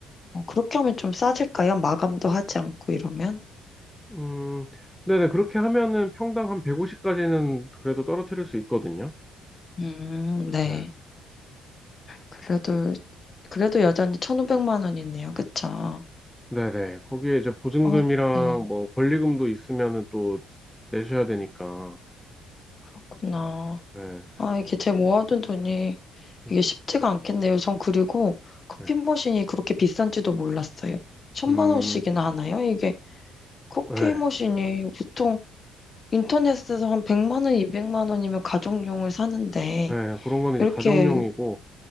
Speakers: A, on the left (about 30°); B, in the centre.
A: 어, 그렇게 하면 좀 싸질까요? 마감도 하지 않고 이러면?
B: 음, 네네. 그렇게 하면은 평당 한 150까지는 그래도 떨어뜨릴 수 있거든요.
A: 음, 네.
B: 네.
A: 그래도, 그래도 여전히 1,500만 원이네요. 그쵸?
B: 네네. 거기에 이제 보증금이랑
A: 어, 네.
B: 뭐 권리금도 있으면은 또 내셔야 되니까.
A: 그렇구나.
B: 네.
A: 아, 이게 제 모아둔 돈이
B: 음,
A: 이게 쉽지가 않겠네요. 전 그리고 커피
B: 네.
A: 머신이 그렇게 비싼지도 몰랐어요. 천만
B: 음,
A: 원씩이나 하나요? 이게 커피
B: 네.
A: 머신이 보통 인터넷에서 한 100만 원, 200만 원이면 가정용을 사는데
B: 네, 그런 건 이제
A: 이렇게
B: 가정용이고,